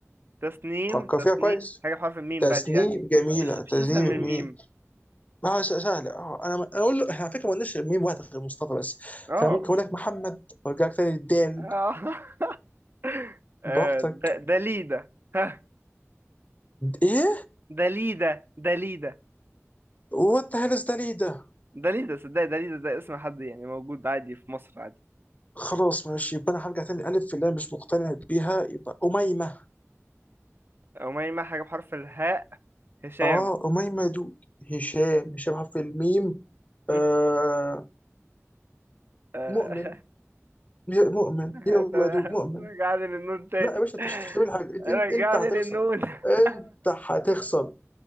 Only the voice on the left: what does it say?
فكر
فيها كويس
تسنيم
جميله
تسنيم
ميم ما هو س- سهله اه انا اقول له احنا على فكره ما قلناش ميم واحد غير مصطفى بس
فممكن اقول لك محمد وارجع لك تاني للدال
براحتك
ايه
وات ذا هيل ده ليه ده
خلاص ماشي يبقى انا هرجع تاني الف في اللي انا مش مقتنع بيها يبقى اميمه
اه اميمه يا دود هشام هشام حرف الميم آه
مؤمن يا مؤمن
يلا يا دود مؤمن
لا يا باشا انت مش مش هتعمل حاجه انت
انت انت هتخسر
انت
هتخسر